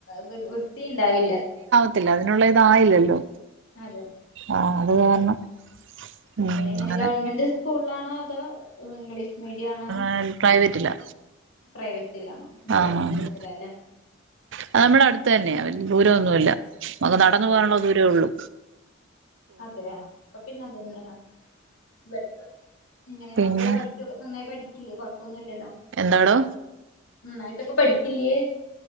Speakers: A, on the left; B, on the right.
A: വൃ വൃത്തി ണ്ടാവില്ല
B: ത്തില്ല അതിനുള്ള ഇതായില്ലല്ലോ.
A: അതെ
B: ആഹ് അത് കാരണം ഉം
A: അതെ
B: അങ്ങനെ
A: എങ്ങനെ ഗവൺമെന്റ് സ്കൂളാണോ അതോ ഇംഗ്ലീഷ് മീഡിയാണോ?
B: ഞാൻ പ്രൈവറ്റിലാ
A: പ്രൈവറ്റിലാ ഇംഗ്ലീഷ്
B: ആഹ്
A: മീഡിയത്തിലാല്ലെ
B: അത് നമ്മടെ അടുത്ത് തന്നെയാ വല്യ ദൂരൊന്നുല്ല നമുക്ക് നടന്നു
A: അതെ
B: പോകാനുള്ള ദൂരെ ഒള്ളു
A: അതെയാ അപ്പൊ പിന്നെ അതെന്നേണ് ബെറ്റർ എങ്ങനെ
B: പിന്നെ
A: മക്കള് പഠിക്കൊക്കെ നന്നായി പഠിക്കില്ലേ കുഴപ്പൊന്നും ഇല്ലല്ലോ
B: എന്താടോ
A: നന്നായിട്ടൊക്കെ പഠിക്കില്ല്യേ